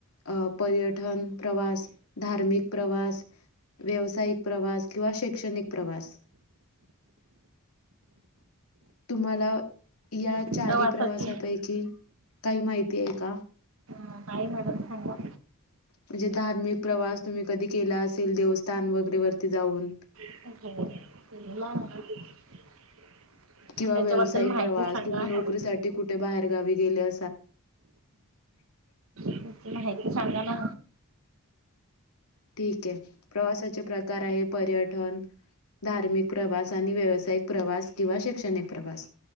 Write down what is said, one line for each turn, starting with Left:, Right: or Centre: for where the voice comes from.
Left: अ पर्यटन प्रवास धार्मिक प्रवास.. व्यावसायिक प्रवास किंवा शैक्षणिक प्रवास. तुम्हाला.. या
Right: प्रवासाची
Left: चारी प्रवासापैकी काही माहिती आहे का,?
Right: नाहीं मॅडम सांगा.
Left: म्हणजे धार्मिक प्रवास तुम्ही कधी केला असेल देवस्थान वगैरे वरती जाऊन.
Right: <unintelligible>
Left: किंवा
Right: त्याच्याबद्दल
Left: व्यावसायिक
Right: माहिती
Left: प्रवास
Right: सांगा
Left: तुम्ही नोकरीसाठीकुठे
Right: थोडी
Left: बाहेर गावी गेले? <unintelligible>
Right: <unintelligible> माहिती सांगा ना.
Left: ठीक आहे प्रवासाचे प्रकार आहे पर्यटन. धार्मिक प्रवास आणि व्यावसायिक प्रवास किंवा शैक्षणिक प्रवास.